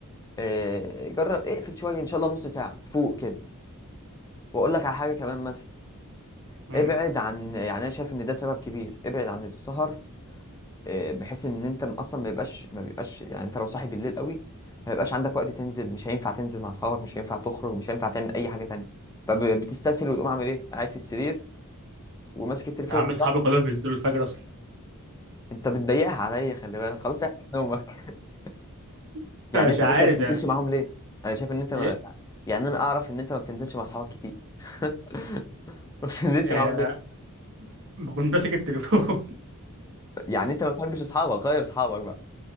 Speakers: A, on the left; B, on the right.
A: آه، جرب اقفل شويه ان شاء الله نص ساعه فوق كده واقول لك على حاجه كمان مثلا
B: مم.
A: ابعد عن يعني انا شايف ان ده سبب كبير ابعد عن السهر آه، بحيث ان انت م- اصلا ما بيبقاش ما بيبقاش يعني انت لو صاحي بالليل قوي ما بيبقاش عندك وقت تنزل مش هينفع تنزل مع اصحابك مش هينفع تخرج مش هينفع تعمل اي حاجه تانية فبتستسهل وتقوم عامل ايه قاعد في السرير وماسك التليفون
B: يا عم أصحابي كلهم بينزلوا الفجر أصلا
A: انت بتضيقها عليا خلي بالك خلاص احبس نومك <laughs>
B: <laughs>
A: يعني
B: مش
A: انت
B: عارف
A: ما انت ما بتنزلش
B: يعني
A: معاهم ليه انا شايف ان انت ما...
B: إيه
A: يعني انا اعرف ان انت ما بتنزلش مع اصحابك كتير <laughs> ما بتنزلش
B: آه،
A: معاهم ليه
B: بكون ماسك التليفون
A: يعني انت ما بتحبش اصحابك غير اصحابك بقى